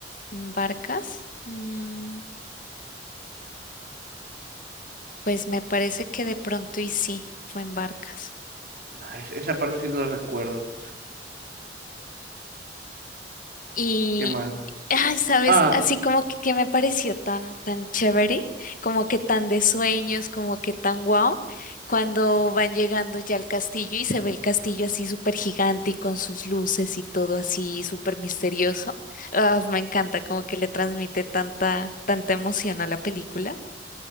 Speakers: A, on the left (about 50°); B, on the right (about 55°).
A: ¿En barcas? Mm, pues me parece que de pronto y sí, fue en barcas.
B: Ah, es- esa parte sí no la recuerdo.
A: Y,
B: ¿Qué más?
A: ay, ¿sabes?
B: ah
A: Así como que, que me pareció tan, tan chévere, como que tan de sueños, como que tan guau, cuando van llegando ya al castillo y se ve el castillo así súper gigante y con sus luces y todo así súper misterioso. Ah, me encanta, como que le transmite tanta, tanta emoción a la película.